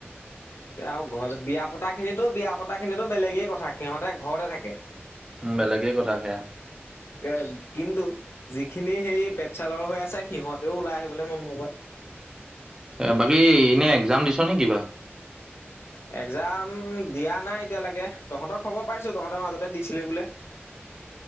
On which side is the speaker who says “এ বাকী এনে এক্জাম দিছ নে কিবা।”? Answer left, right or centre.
Right